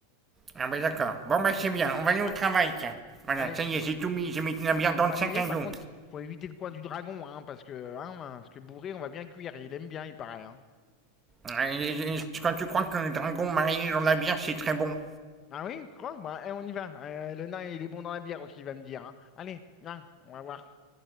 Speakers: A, on the right (about 15°); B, on the left (about 25°).
A: Ah bah d'accord. Bon bah c'est bien, on va aller
B: Ouais,
A: au travail tiens. Voilà,
B: allez,
A: ça y est, j'ai tout mis, j'ai mis la bière dans
B: on va
A: le sac
B: miner.
A: à
B: Par
A: dos.
B: contre, faut éviter le coin du dragon, hein, parce que, hein, parce que bourré, on va bien cuire. Il aime bien, il paraît. hein.
A: Ouais, et- et- Quand tu crois que le dragon marié dans la bière c'est très bon.
B: Ah oui, tu crois Bah, eh, on y va. Euh, le nain, il est bon dans la bière aussi, il va me dire. hein. Allez, viens, on va voir.